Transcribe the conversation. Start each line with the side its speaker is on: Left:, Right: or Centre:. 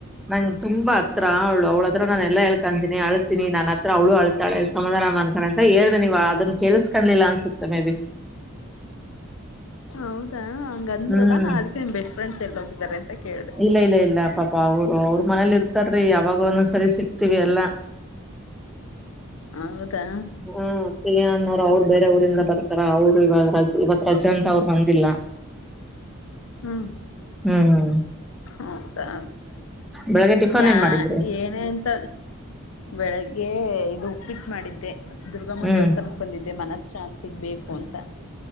Centre: ನಂಗೆ ತುಂಬಾ ಹತ್ರ ಅವಳು ಅವ್ಳ ಹತ್ರ ನಾನ ಎಲ್ಲಾ ಹೇಳ್ಕೀನಿ. ನೀ ಅಳ್ತೀಿನಿ ನನ್ ಹತ್ರ ಅವಳು ಅಳ್ತಾಳ ಸಮಧಾನ ಅತಳ ಅಂತ ಹೇಳ್ದೆ ನೀವ್ ಅದನ್ ಕೆಲ್ಸ್ಕಾಣ್ಿಲ್ಲ ಅನ್ಸುತ್ತೆ ಮೇ ಬಿ. <inaudible> <unintelligible>
Left: ಹೌದಾ ಹಂಗ ಅಂದ್ರಲ್ಲ
Centre: ಹ್ಮ್
Left: ನಾ ಅದಕ್ಕೆ ನಿಮ್ ಬೆಸ್ಟ್ ಫ್ರೆಂಡ್ಸ್ ಎಲ್ಲಿ ಹೋಗಿದಿದ್ದಾರೆ ಅಂತ ಕೇಳ್ದೆ
Centre: ಇಲ್ಲ ಇಲ್ಲ ಇಲ್ಲ ಪಪಾ ಅವರು ಅವ್ರ ಮನೇಲಿ ಇರ್ತ. ತರಿ ಯಾವಾಗನು ಸರಿ ಸಿಕ್ತಿೀವಿ ಎಲ್ಲಾ.
Left: ಹೌದಾ
Centre: ಹಾ ಕ ಯನ್ನ <unintelligible> ಅವ್ರು ಬೇರೆ ಊರಿಂದ
Left: ಹ್ಮ್
Centre: ಬರ್ತಾರ ಅವ್ರು ಇವಾಗ ರಜ ಇವತ್ ರಜೆ ಅಂತ ಅವ್ರು ಬಂದಿಲ್ಲ.
Left: ಹ್ಮ್
Centre: ಹ್ಮ್್ಮ.
Left: ಹೌದಾ
Centre: ಬೆಳಗ್ಗೆ ಟಿಫನ್
Left: ಯಾ
Centre: ಏನ್ ಮಾಡಿದ್ರಿ
Left: ಏನಂತ. ಬೆಳಿಗ್ಗೆ ಇದು ಉಪ್ಪಿಟ್ಟು ಮಾಡಿದ್ದೆ ದುರ್ಗಮ್ಮನ
Centre: ಹ್ಮ್
Left: ದೇವಸ್ಥಾನಕ್ ಬಂದಿದ್ದೆ ಮನಸ್. ಶಾಂತಿಗ್ ಬೇಕು ಅಂತ.